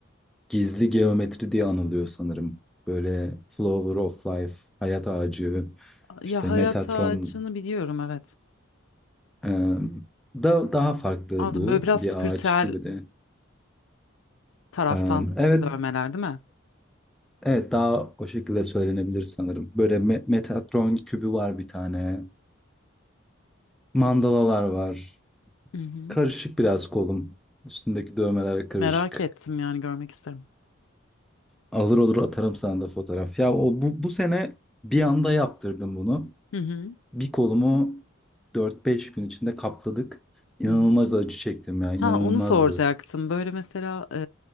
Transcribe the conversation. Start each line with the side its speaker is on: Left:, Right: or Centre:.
Centre: Gizli geometri diye anılıyor sanırım. Böyle Flower of Life, Hayat Ağacı,
Left: Ya
Centre: işte
Left: hayat
Centre: Metatron.
Left: ağacını biliyorum evet.
Centre: ee, da daha farklı
Left: Aldım
Centre: bu.
Left: böyle biraz
Centre: Bir
Left: spiritüel
Centre: ağaç gibi de.
Left: taraftan
Centre: Ee, evet,
Left: dövmeler değil mi?
Centre: evet daha o şekilde söylenebilir sanırım. Böyle Me- Metatron kübü var bir tane. Mandalalar var.
Left: Hı hı.
Centre: Karışık biraz kolum. Üstündeki dövmeler karışık.
Left: Merak ettim yani görmek isterim.
Centre: Alır olur atarım sana da fotoğraf. Ya o bu, bu sene bir anda yaptırdım bunu.
Left: Hı hı.
Centre: Bir kolumu dört beş gün içinde kapladık. İnanılmaz
Left: Hı hı.
Centre: acı çektim ya, inanılmazdı.
Left: Ha onu soracaktım. Böyle mesela e,